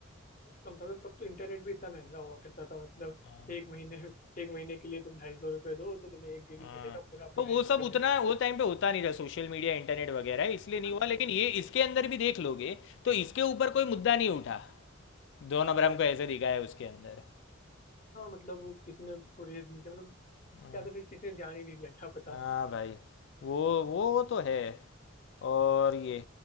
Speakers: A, on the left; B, on the left.
A: कंप्यूटर तब तो इंटरनेट भी इतना महंगा हुआ करता था मतलब
B: हाँ
A: एक महीने एक महीने के लिए तुम ढाई सौ रुपये दो तो तुम्हें एक जीबी
B: हाँ।
A: मिलेगा पूरा महीना
B: तो वो
A: यूज
B: सब
A: करने
B: उतना
A: के लिए
B: वो टाइम पे होता नहीं था सोशल मीडिया इंटरनेट वगैरह इसलिए नहीं
A: हाँ
B: हुआ लेकिन ये इसके अंदर भी देख लोगे तो इसके ऊपर कोई मुद्दा नहीं उठा दोनों अब्राहम को ऐसे दिखाया है उसके अंदर
A: हाँ, मतलब वो किसने वो रेज नहीं किया मतलब
B: हाँ
A: या तो फिर किसी ने ध्यान ही नहीं दिया क्या पता
B: हाँ भाई वो वो वो तो है और ये